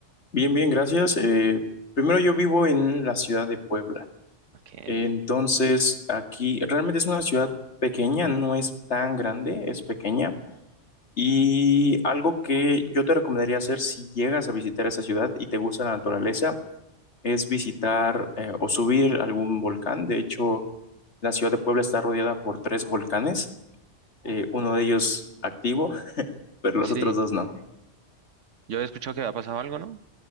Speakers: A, on the left (about 65°); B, on the right (about 85°).
A: bien, bien, gracias. Eh, primero yo vivo en la ciudad de Puebla.
B: Okay.
A: Entonces, aquí realmente es una ciudad pequeña, no es tan grande, es pequeña. Y algo que yo te recomendaría hacer si llegas a visitar esa ciudad y te gusta la naturaleza es visitar eh, o subir algún volcán. De hecho, la ciudad de Puebla está rodeada por tres volcanes, eh, uno de ellos activo, <laughs> pero
B: Sí,
A: los otros dos no.
B: yo he escuchado que había pasado algo, ¿no?